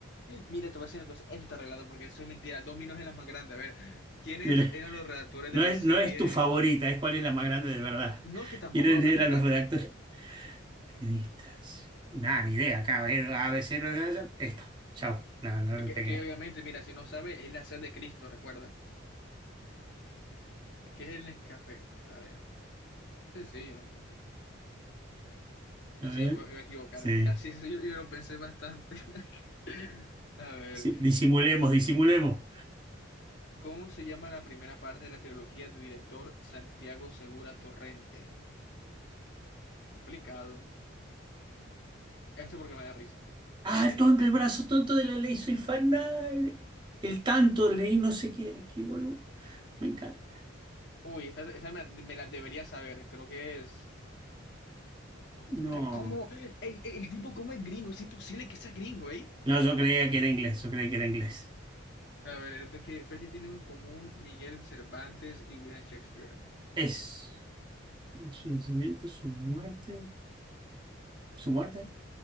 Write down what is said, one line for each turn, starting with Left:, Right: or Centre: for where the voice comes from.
Left: Mira, te voy a decir una cosa, eso está arreglado porque eso es mentira. Domino's es la más grande. A ver, ¿quiénes
Right: Mira,
Left: eran los redactores
Right: no
Left: de la
Right: es,
Left: serie?
Right: no es tu favorita, es cuál es la más grande de verdad.
Left: No, es que tampoco
Right: ¿Quiénes
Left: no me
Right: eran
Left: gusta.
Right: los redactores? Periodistas. Nada, ni idea. Acá, a ver, ABC, no, no, no, esta. Chau. No, no
Left: Que,
Right: le pegué.
Left: que obviamente, mira, si no sabe, es la sed de Cristo, recuerda. ¿Qué es el Nescafé? A ver, sencillo. Sencillo,
Right: A ver.
Left: me iba a equivocar.
Right: Sí.
Left: Casi sí, yo, yo lo pensé bastante. <laughs> A ver,
Right: Sí, Disimulemos, disimulemos.
Left: ¿cómo se llama la primera parte de la trilogía del director Santiago Segura Torrente? Complicado. Esto porque me da risa.
Right: Ah,
Left: Ni
Right: el
Left: siquiera.
Right: tonto, el brazo tonto de la ley, soy fan. ah, El, el tanto, leí no sé qué, qué boludo. Me encanta.
Left: Uy, esta, esta me, me la debería saber. Creo que es.
Right: No.
Left: Puta, ¿cómo? El, el- el tipo, ¿cómo es gringo? Es imposible que sea gringo, ¿eh?
Right: No, yo creía que era inglés, yo creía que era inglés.
Left: A ver, el otro que fecha tienen en común Miguel Cervantes y William Shakespeare.
Right: Es su nacimiento, su muerte. ¿Su muerte?